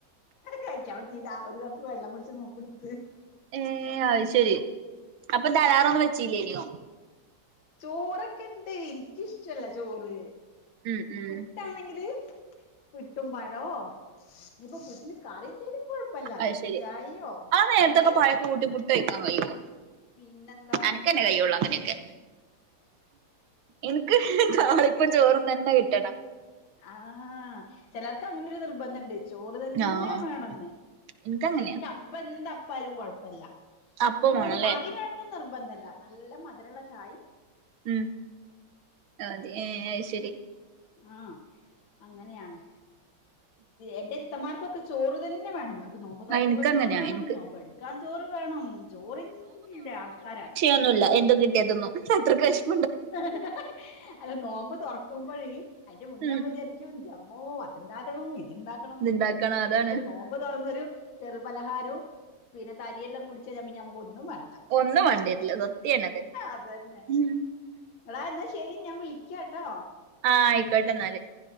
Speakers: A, on the left; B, on the right.
A: കഴിക്കാൻ പറ്റില്ല ഒരു കപ്പ് വെള്ളം കുടിച്ച് നോമ്പ് എടുത്ത്
B: ഏ അത് ശരി അപ്പന്താ അലാറം വെച്ചല്ലേനിയോ
A: ചോറൊക്കെണ്ട് എനിക്കിഷ്ടല്ല ചോറ്
B: ഉം ഉം
A: പിട്ടാണെങ്കില് പിട്ടും പഴോ നീപ്പോ പിട്ടിന് കറി എന്തേലും കൊഴപ്പല്ല
B: അത്
A: പുട്ടും
B: ശെരി
A: ചായയോ
B: ആ നേരത്തൊക്കെ
A: എന്തായാലും
B: പഴൊക്കെ
A: കൊഴപ്പല്ല
B: കൂട്ടി പുട്ട് കഴിക്കാൻ കഴിയോ
A: പിന്നെന്താ
B: അനക്കന്നെ കഴിയൊള്ളു അങ്ങനെക്കെ എനിക്ക് താളിപ്പും ചോറും തന്നെ കിട്ടണം
A: ആഹ ചിലർക്കങ്ങനെ ഒരു നിർബന്ധുണ്ട് ചോറ് തന്നെ
B: ആഹ്
A: വേണംന്ന്
B: ഇൻക്കങ്ങനെയാ
A: പക്ഷെ എനിക്ക് അപ്പ എന്താപ്പാലും കൊഴപ്പില്ല
B: അപ്പം
A: ഇനിപ്പോ
B: വാണല്ലേ
A: അതിന് കറി വേണംന്ന് നിർബന്ധല്ല നല്ല മധുരള്ള ചായ
B: മ് അതെ ഏ അത് ശരി
A: ആഹ് അങ്ങനെയാണ് എന്റെ ഇത്തമാർകൊക്കെ ചോറ് തന്നെ വേണം അവർക്ക് നോമ്പ് തുറക്കുമ്പോ
B: ആ എനിക്കങ്ങനെയാ
A: ചോറ് വേണം
B: എനിക്ക്
A: നോമ്പെടു ടുക്കാൻ ചോറ് വേണം ചോറിന്റെ ആൾക്കാരാണ്
B: ഒന്നുല്ല എന്തും കിട്ടിയാൽ തിന്നും നികത്റെക് വിശപ്പ്
A: ഹ് ഹ ഹ അത് നോമ്പ് തുറക്കുമ്പോഴ് അതിന്റെ മുന്നേ
B: ഉം
A: നമ്മൾ വിചാരിക്ക അയ്യോ ൻ്റമ്മോ അത്ണ്ടാക്കണം ഇത്ണ്ടാക്കണം
B: ഇത്ണ്ടാക്കണം
A: എന്തൊക്കെയ
B: അതാണ്
A: ആയിരിക്കും നോ മ്പ് തൊറന്നൊരു ചെറുപലഹാരവും പിന്നെ തരിയെല്ലാം കുടിച്ചയിഞ പിന്നെ നമക്ക് ഒന്നും വേണ്ട
B: ഒന്നും വേണ്ടിവരില്ല സത്യാണത്
A: അതന്നെ ഹ് ഹ
B: ഉം
A: അടാ ന്നാ ശെരി ഞാൻ വിളിക്ക ട്ടോ
B: ആഹ് ആയിക്കോട്ടന്നാല്